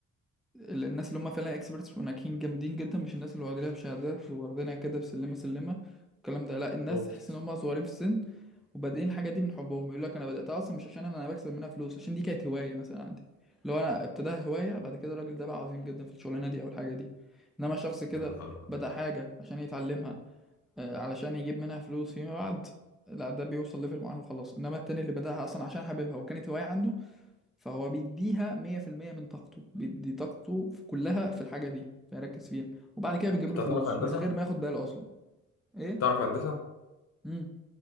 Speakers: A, in the centre; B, on the left.
A: ال- الناس اللي هم فعلا اكسبرتس وناجحين جامدين جدا مش الناس اللي واخدينها بشهادات واخدينها كده بسلمه سلمه الكلام ده لا الناس
B: اوبس
A: تحس ان هم صغيرين في السن وبادئين الحاجه دي من حبهم يقول لك انا بداتها اصلا مش عشان انا انا بكسب منها فلوس عشان دي كانت هوايه مثلا عندي لو انا ابتداها هوايه بعد كده الراجل ده بقى عظيم جدا في الشغلانه دي او الحاجه دي انما شخص كده
B: يا نهار ابيض
A: بدا حاجه عشان يتعلمها آه، علشان يجيب منها فلوس فيما بعد لا ده بيوصل ليفل معين وخلاص انما التاني اللي بداها اصلا عشان حاببها وكانت هوايه عنده فهو بيديها 100% من طاقته بيدي طاقته في- كلها في الحاجة دي فيركز فيها وبعد كده بيجيب
B: انت
A: له فلوس
B: تعرف هندسه
A: من غير ما ياخد باله أصلا إيه؟
B: تعرف هندسه
A: امم